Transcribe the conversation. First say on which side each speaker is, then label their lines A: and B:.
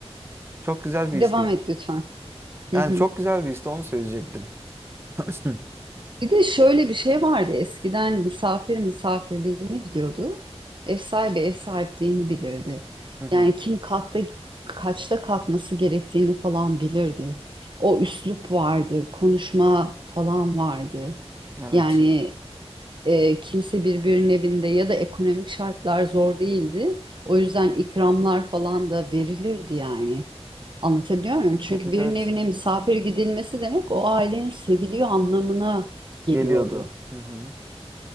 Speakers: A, on the right; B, on the right.
A: çok güzel bir
B: Devam
A: histi
B: et lütfen. Hı
A: Yani
B: hı.
A: çok güzel bir işte onu söyleyecektim. <laughs>
B: Bir de şöyle bir şey vardı. Eskiden misafir misafirliğini biliyordu. Ev sahibi ev sahipliğini bilirdi.
A: Hı hı.
B: Yani kim kalkta kaçta kalkması gerektiğini falan bilirdi. O üslup vardı, konuşma falan vardı.
A: Evet.
B: Yani e, kimse birbirinin evinde ya da ekonomik şartlar zor değildi. O yüzden ikramlar falan da verilirdi yani. Anlatabiliyor muyum? Çünkü
A: Evet
B: birinin
A: evet.
B: evine misafir gidilmesi demek o ailenin seviliyor anlamına geliyordu.
A: Geliyordu. Hı hı.